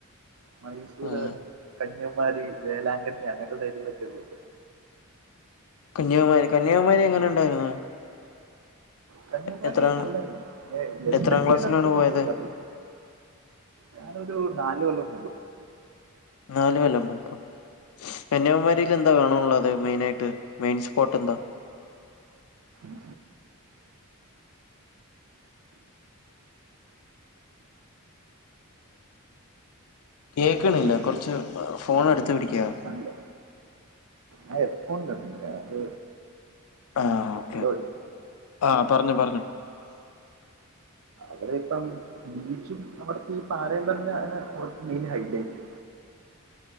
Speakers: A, on the right (about 75°); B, on the left (about 80°).
A: മൈസൂര്
B: ആഹ്
A: കന്യാകുമാരി വേലാങ്കണ്ണി അങ്ങനത്തെ സൈഡിലൊക്കെ പോയിട്ട് ഒണ്ട്
B: കന്യാകുമാരി കന്യാകുമാരി എങ്ങനെ ഉണ്ടായിരുന്നു
A: കന്യാകുമാരി
B: എത്രാം
A: നല്ലാരുന്ന് <unintelligible> എസ്പെക്ട്
B: എത്രാം ക്ലാസ്സിലാണ്
A: ചെയ്യുന്നത്രേക്കൊന്നും
B: പോയത്
A: ഇല്ലാരുന്നൂ. ഞാനൊരു നാലു കൊല്ലം മുൻപ്
B: നാല് കൊല്ലം മുൻപൊ കന്യാകുമാരിയില് ന്താ കാണാള്ളത് മെയിനായിട്ട് മെയിൻ സ്പോട്ട് ണ്ടാ?
A: <unintelligible> <unintelligible>
B: കേക്കണില്ല
A: പ്രതിമ
B: കുറച്ച് ഫോൺ അടുത്ത് പിടിക്കാവോ
A: അല്ലേ കണ്ട് ആ എ ഫോൺ തമേ അത്
B: ആഹ
A: ഹലോ
B: ആഹ പറഞ്ഞു പറഞ്ഞു
A: അവിടെ ഇപ്പം ബീച്ചും അവിടത്തെ ഈ പാറൽ പറന്നണ് അവിടുത്തെ മെയിൻ ഹൈലൈറ്റ്